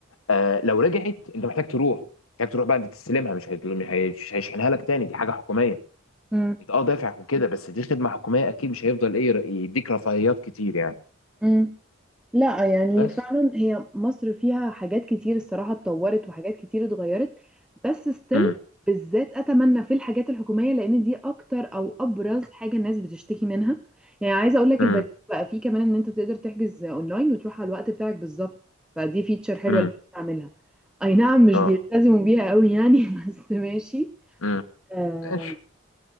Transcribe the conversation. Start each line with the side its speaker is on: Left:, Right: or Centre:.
Left: آه لو رجعت انت محتاج تروح محتاج تروح بعد تستلمها مش هيطل- مش هي- مش هيشحنها لك تاني دي حاجه حكوميه
Centre: مم.
Left: انت اه دافع وكده بس دي خدمه حكوميه اكيد مش هيفضل ايه ر- يديك رفاهيات كتير يعني
Centre: مم. لا يعني
Left: بس
Centre: فعلا هي مصر فيها حاجات كتير الصراحة اتطورت وحاجات كتير اتغيرت بس ستيل
Left: امم
Centre: بالذات اتمنى في الحاجات الحكومية لان دي اكتر او ابرز حاجة الناس بتشتكي منها يعني عايزة اقول لك
Left: امم
Centre: البديل بقى فيه كمان ان انت تقدر تحجز اونلاين وتروح على الوقت بتاعك بالظبط فدي فيتشر حلوة
Left: امم
Centre: البديل عاملها اي نعم مش
Left: اه
Centre: بيلتزموا بيها قوي يعني <laughs> بس ماشي
Left: امم
Centre: آه،
Left: ماشي